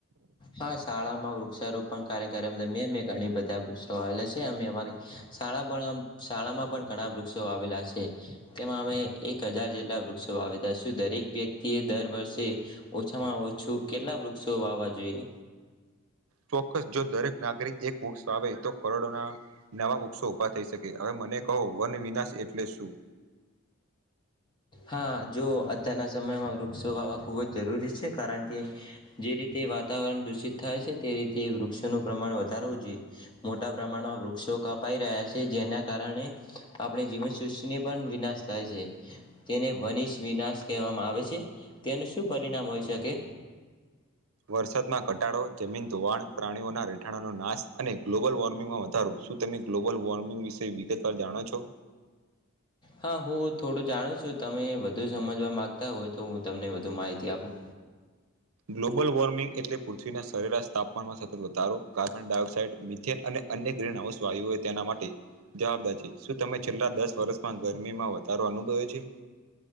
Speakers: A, on the left; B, on the right.
A: હા શાળામાં વૃક્ષારોપણ પણ કાર્યક્રમમ દરમિયાન ઘણી બધા વૃક્ષો વાવેલા છે અમે અમારી શાળા પણ શાળામાં પણ ઘણા વૃક્ષો વાવેલા છે તેમાં અમે એક હજાર જેટલા વૃક્ષો વાવેતા છ, દરેક વ્યક્તિ એ દર વર્ષે ઓછામાં ઓછું કેટલા વૃક્ષો વાવા જોઈએ
B: ચોક્કસ જો દરેક નાગરિક એક વૃક્ષ વાવે તો કરોડોના નવા ઉભા થઈ શકે હવે મને કહો વન વિનાશ એચ એટલે શું?
A: હા જો અત્યારના સમયમાં વૃક્ષો વાવવા ખૂબ જ જરૂરી છે કારણ કે જે રીતે વાતાવરણ દૂષિત થાય છે તે રીતે વૃક્ષોનું પ્રમાણ વધારવું જોઈએ મોટા પ્રમાણમાં વૃક્ષો કપાઈ રહ્યા છે જેના કારણે આપણે જીવન સૃષ્ટિ ને પણ વિનાશ થાય છે તેને વનિષ વિનાશ કહેવામાં આવે છે તેનું શું પરિણામ હોઈ શકે
B: વરસાદમાં ઘટાડો, જમીન ધોવાણ, પ્રાણીઓના રહેઠાણનો નાશ અને ગ્લોબલ વોર્મિંગમાં વધારો શું તમે ગ્લોબલ વોર્મિંગ વિશે વિગતવાર જાણો છો?
A: હા, હું થોડું જાણું છું. તમે વધુ સમજવા માંગતા હોય તો હું તમને વધુ માહિતી આપું
B: ગ્લોબલ વોર્મિંગ એટલે પૃથ્વીના સરેરાશ તાપમાનમાં સતત વધારો કાર્બન ડાયોક્સાઇડ, મિથેન અને અન્ય ગ્રીન હાઉસ વાયુઓ તેના માટે જવાબદાર છે. શું તમે છેલ્લા દસ વર્ષમાં ગરમીમાં વધારો અનુભવ્યો છે?